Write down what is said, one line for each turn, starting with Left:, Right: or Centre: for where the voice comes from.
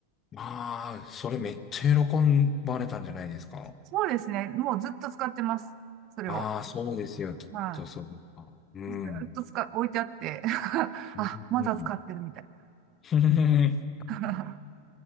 Left: まあ、それめっちゃ喜ばれたんじゃないですか。
Right: うんそうですね。もうずっと使ってます。それを。
Left: ああ、そうですよ、きっとそうか。
Right: は
Left: うん。
Right: い。ずっと使、置いてあって <laughs>
Left: うん。
Right: あ、まだ使ってるみたい。
Left: <laughs>
Right: <laughs>